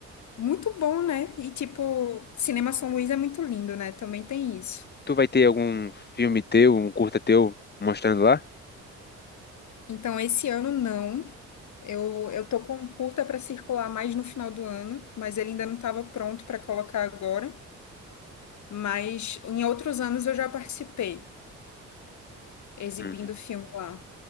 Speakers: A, on the left; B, on the left.
A: muito bom, né? E, tipo, Cinema São Luís é muito lindo, né? Também tem isso.
B: Tu vai ter algum filme teu, um curta teu mostrando lá?
A: Então, esse ano não. Eu, eu tô com curta para circular mais no final do ano, mas ele ainda não estava pronto para colocar agora. Mas em outros anos eu já participei, exibindo
B: Uhum.
A: filme lá